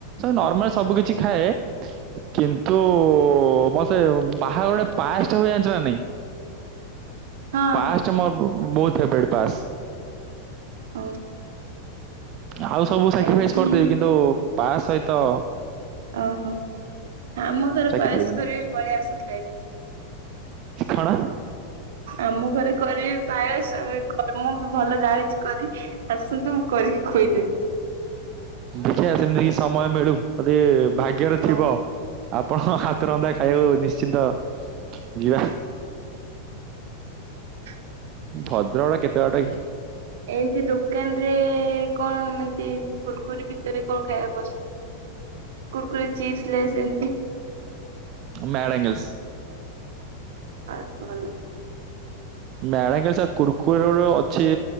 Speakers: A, on the right; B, on the right.
A: ନର୍ମାଲ ସବୁ କିଛି ଖାଏ। କିନ୍ତୁ, ଉ-ଉ-ଉ ମତେ ବାହାଘରଟେ ପାଏସ ଟା ହୁଏ ଜାଣିଛ ନା ନାଇଁ?
B: ହଁ
A: ପାଏ
B: ହଁ
A: ଷ୍ଟା ମୋର ବହୁତ ଫେବରାଇଟ୍ ପାସ୍।
B: ଓ
A: ଆଉ ସବୁ ସାକ୍ରିଫାଇସ୍
B: ଆଜି
A: କରିଦେବି, କିନ୍ତୁ ପାଏସ୍ ସହିତ
B: ଓହୋ! ଆମ ଘରେ
A: ସାକ୍ରିଫାଇସ୍
B: ପାଏସ୍ କରିବି। ପଳେଇ ଆସ ଖାଇବ।
A: ଶ ଖଣ।
B: ଆମ ଘରେ। କରିବି ପାୟସ୍ ଆମେ କର ମୁଁ ବି ଭଲ ଜାଣିଛି କରି ଆସନ୍ତୁ ମୁଁ କରିକି ଖୋଇଦେ।
A: ଦେଖିବା ସେମିତି କିଛି ସମୟ ମିଳୁ ଯଦି। ଭାଗ୍ୟରେ ଥିବ
B: ହଉ
A: ଆପଣ
B: ହଉ।
A: ହାତ ରନ୍ଧା ଖାଇବାକୁ ନିଶ୍ଚିନ୍ତ ଯିବା।
B: ହ
A: ଭଦ୍ରକ ଟା କେତେ ବାଟ କି।
B: ଏମିତି ଦୋକାନ ରେ କଣ ଏମିତି କୁରକୁରି ଭିତରେ କଣ ଖାଇବା ପସନ୍ଦ।
A: ହ
B: କୁରକୁରୀ ଚିପ୍ସ ଲେସ ଏମତି।
A: Mad Angles.
B: ଆ ଭଲ।
A: ମ୍ୟାଡ ଆଙ୍ଗେଲସ ଆଉ କୁରକୁରିର ଗୋଟେ ଅଛି